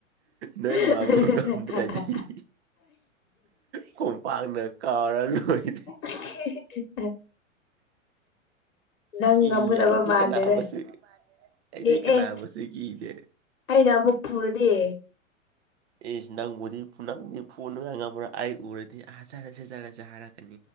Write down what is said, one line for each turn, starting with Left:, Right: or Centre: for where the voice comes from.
Right: ꯅꯣꯏ
Left: <unintelligible>
Right: ꯃꯥꯕꯨ ꯉꯝꯗ꯭ꯔꯗꯤ ꯈꯣꯡꯄꯥꯛꯅ ꯀꯥꯎꯔ ꯂꯣꯏꯔꯦ
Left: <unintelligible> ꯅꯪ
Right: ꯀꯤꯌꯦ
Left: ꯉꯝꯒꯗꯕ
Right: ꯑꯩꯗꯤ
Left: ꯃꯥꯟꯗꯦꯗ
Right: ꯀꯟꯅꯥꯕꯁꯦ ꯑꯩꯗꯤ
Left: ꯑꯦ
Right: ꯀꯅꯥꯕꯨꯁꯨ
Left: ꯑꯦ
Right: ꯀꯤꯗꯦ
Left: ꯑꯩꯅ ꯑꯃꯨꯛ ꯐꯩꯔꯗꯤ
Right: ꯑꯦꯁ ꯅꯪꯕꯨꯗꯤ ꯄꯨꯅꯪꯗꯤ ꯐꯣꯟ ꯑꯣꯏꯉ ꯑꯃ ꯑꯥꯏ ꯎꯔꯗꯤ ꯑꯍ ꯆꯠꯂꯁꯦ ꯆꯠꯂꯁꯦ ꯍꯢꯔꯅꯤ